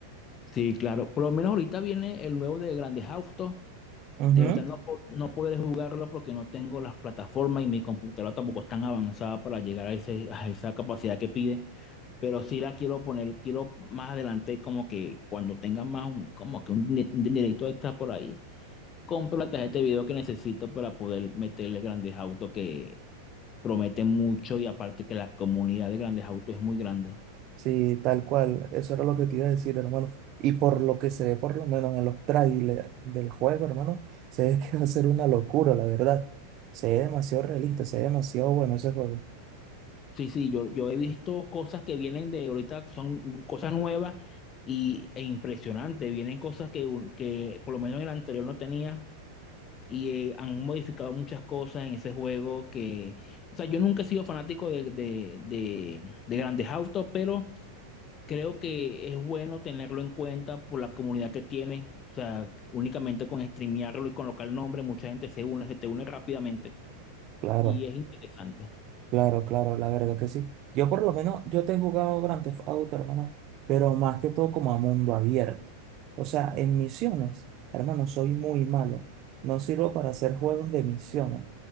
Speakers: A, on the left; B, on the right.
A: Sí, claro. Por lo menos ahorita viene el nuevo de Grandes Autos.
B: Ujú,
A: De verdad no, po- no podré jugarlo porque no tengo las plataformas y mi computadora tampoco es tan avanzada para llegar a, ese, a esa capacidad que pide. Pero sí la quiero poner, quiero más adelante como que cuando tenga más un, como que un di- un dinerito extra por ahí, compro la tarjeta de video que necesito para poder meterle Grandes Autos que promete mucho y aparte que la comunidad de Grandes Autos es muy grande.
B: Sí, tal cual. Eso era lo que te iba a decir, hermano. Y por lo que se ve, por lo menos en los trailers del juego, hermano, se ve que va a ser una locura, la verdad. Se ve demasiado realista, se ve demasiado bueno ese juego.
A: Sí, sí, yo, yo he visto cosas que vienen de ahorita, son cosas nuevas y, e impresionantes. Vienen cosas que, un- que por lo menos en el anterior no tenía y eh, han modificado muchas cosas en ese juego que, o sea, yo nunca he sido fanático de, de, de, de grandes autos, pero creo que es bueno tenerlo en cuenta por la comunidad que tiene. O sea, únicamente con streamearlo y colocar el nombre, mucha gente se une, se te une rápidamente
B: Claro,
A: y es interesante.
B: claro, claro, la verdad que sí. Yo por lo menos, yo te he jugado Grand Theft Auto, hermano, pero más que todo como a mundo abierto. O sea, en misiones, hermano, soy muy malo. No sirvo para hacer juegos de misiones.